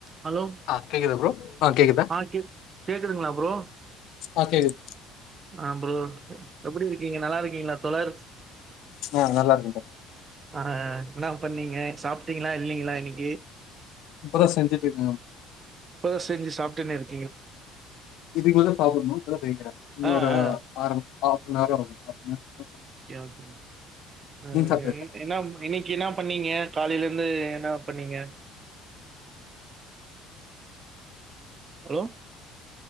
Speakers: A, on the right; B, on the left.
A: Hello
B: ஆ கேக்குதா bro கேக்குதா
A: ஆ கேக் கேக்குதுங்ளா ப்ரோ
B: ஆ கேக்குது
A: அ ப்ரோ எப்டி இருக்கீங்க நல்லா இருக்கீங்களா தோழர்
B: ஆ நல்லா இருக்க தோழர்
A: ஆ என்னா பண்ணீங்க சாப்டீங்களா இல்லீங்களா இன்னைக்கி
B: இப்பதா செஞ்சுட்டு இருக்க
A: இப்பதா செஞ்சி சாப்டுனு இருக்
B: இதுக்கு மேல சாப்புணு இப்பதா செய்ற இன்னொரு
A: ஆ ஆ
B: அர ஆஃப் நவர் ஆகு ஆஃப் நவ
A: ஓகே ஓகே ப்ரோ அ
B: நீங்க சாப்ட்டாச்சா
A: என்ன இன்னிக்கு என்ன பண்ணீங்க காலையில இருந்து என்ன பண்ணீங்க அலோ